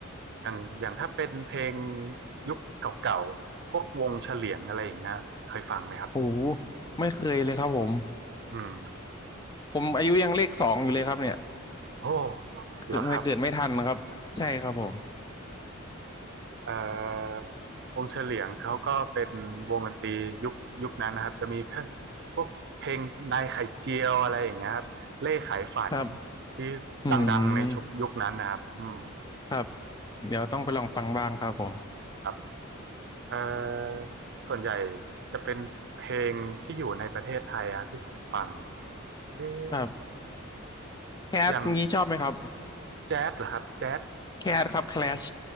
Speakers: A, on the right; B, on the left.
A: อย่างอย่างถ้าเป็นเพลงยุคเก่าๆพวกวงเฉลียงอะไรอย่างเงี้ยเคยฟังไหมครับ
B: โอ้โหไม่เคยเลยครับผม
A: อืม
B: ผมอายุยังเลขสองอยู่เลยครับเนี่ย
A: โอ้เหรอครับ
B: เกิดเกิดไม่ทันครับใช่ครับผม
A: เอ่อวงเฉลียงเขาก็เป็นวงดนตรียุคยุคนั้นนะครับจะมีเพพวกเพลงนายไข่เจียวอะไรอย่างเงี้ยครับเล่ขายฝัน
B: ครับ
A: ที่ดังๆในชุยุคนั้นนะครับอืม
B: อืมครับเดี๋ยวต้องไปลองฟังบ้างครับผม
A: ครับเอ่อส่วนใหญ่จะเป็นเพลงที่อยู่ในประเทศไทยอะที่ผมฟังเอ๊ะ
B: ครับแคทนี้ชอบไหมครับ
A: อย่างแจ๊สเหรอครับแจ๊ส
B: แคทครับแคลช